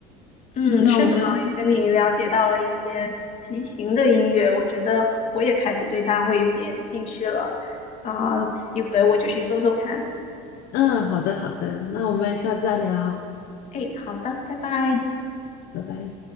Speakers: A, on the left; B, on the left.
A: 嗯，
B: 那我嗯们，
A: 是的，也跟你了解到了一些齐秦的音乐，我觉得我也开始对它会有点兴趣了。啊，一会我就去搜搜看。
B: 嗯，好的，好的，那我们下次再聊，
A: 哎，好的，拜拜。
B: 拜拜。